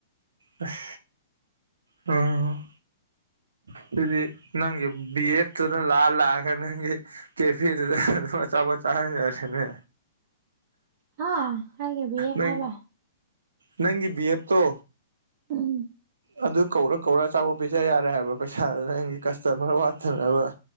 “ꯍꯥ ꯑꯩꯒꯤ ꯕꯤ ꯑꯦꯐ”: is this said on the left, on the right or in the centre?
Right